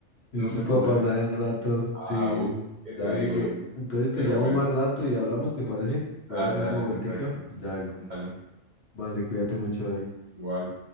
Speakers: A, on the left; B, on the right.
A: esto
B: no se
A: es para
B: puede.
A: pasar el rato,
B: Ah,
A: sí,
B: uff, ¿qué
A: dale,
B: te digo
A: yo.
B: yo?
A: Entonces te
B: Pero
A: llamo
B: bueno,
A: más rato y hablamos, ¿te parece? Voy
B: dale,
A: a ir a hacer
B: dale,
A: una vueltica,
B: perfecto.
A: ya vengo.
B: Dale,
A: Vale, cuídate mucho, David.
B: igual.